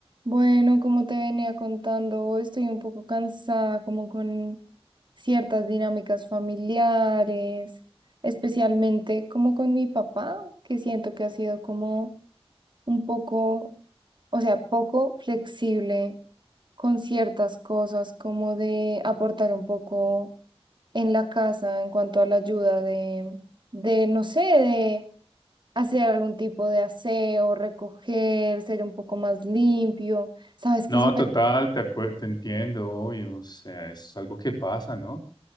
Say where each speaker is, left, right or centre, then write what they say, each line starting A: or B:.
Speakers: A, on the right (about 50°); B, on the left (about 40°).
A: Bueno, como te venía contando, hoy estoy un poco cansada, como con ciertas dinámicas familiares, especialmente como con mi papá, que siento que ha sido como un poco, o sea, poco flexible con ciertas cosas, como de aportar un poco en la casa en cuanto a la ayuda de, de, no sé, de hacer algún tipo de aseo, recoger, ser un poco más limpio. Sabes
B: No,
A: que eso
B: total, te acuer- te entiendo, obvio, o sea, es algo que pasa, ¿no?